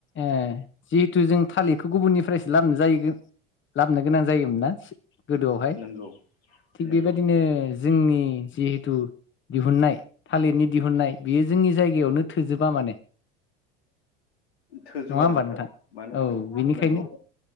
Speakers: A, on the left; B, on the left.
A: ओ जिहेथु जों थालिर बेखौ गुबुननिफ्रायसो लाबोन लाबोनो गोनां ना गोदोआवहाय
B: नंगौ
A: थिग
B: नंगौ
A: बेबायदिनो जोंनि जिहिथु दिहुननाय थालिरनि दिहुननाय बियो जोंनि जायगायावनो थोजोबा माने
B: थोजोबा
A: नङा होमबा नोंथां
B: मानो होनोब्ला
A: औ बेनिखायनो
B: नंगौ